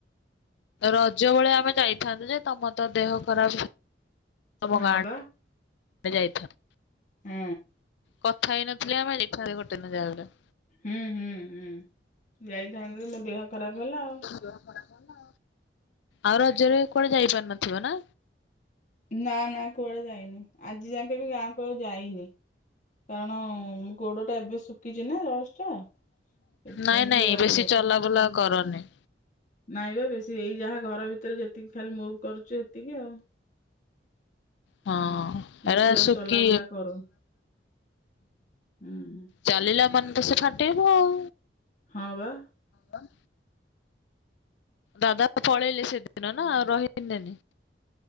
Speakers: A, on the left; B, on the left.
A: ରଜ ବଳେ ଆମେ ଯାଇଥାନ୍ତୁ ଯେ ତମର ତ ଦେହ ଖରାପ। ତମ
B: ଆଉ
A: ଗାଁଆଡେ
B: ହଁ ବା
A: ଏ ଯାଇଥାନ୍ତୁ।
B: ହୁଁ।
A: କଥା ହେଇନଥିଲେ ଆମେ ଲେଖାରେ ଗୋଟେଦିନ ଯାଉନା।
B: ହୁଁ ହୁଁ ହୁଁ ଯାଇଥାନ୍ତେ ଯେ ମୋ ଦେହ ଖରାପ ହେଲା ଆଉ।
A: ଦେହ ଖରାପ୍। ଆଉ ରଜରେ କୁଆଡେ ଯାଇପାରି ନଥିବ ନା?
B: ନା ନା କୁଆଡେ ଯାଇନି ଆଜି ଯାକେ ବି ଗାଁକୁ ଆଉ ଯାଇନି। କାରଣ ହୁଁ ଗୋଡ ଟା ଏବେ ଶୁଖିଚି ନା ଜଷ୍ଟ। ସେଥିପାଇଁ
A: ନାଇଁ ନାଇଁ
B: କି ଆଉ
A: ବେଶୀ ଚଲାବୁଲା କରନି।
B: ନାଇଁ ବା ବେଶୀ ଏଇ ଯାହା ଘର ଭିତରେ ଯେତିକି ଖାଲି ମୁଭ୍ କରୁଚୁ ହେତିକି ଆଉ।
A: ହଁ
B: ହୁଁ ବେଶୀ
A: ଏରା
B: ଆଉ
A: ଶୁକି
B: ଚଲାବୁଲା କରନି। ହୁଁ।
A: ଚାଲିଲା ମାନେ ତ ସେ ଫାଟେଇବ ଆଉ।
B: ହଁ ବା।
A: ହଁ ପା ଦାଦା ପଳେଇଲେ ସେଦିନ ନା ରହିିଲେନି?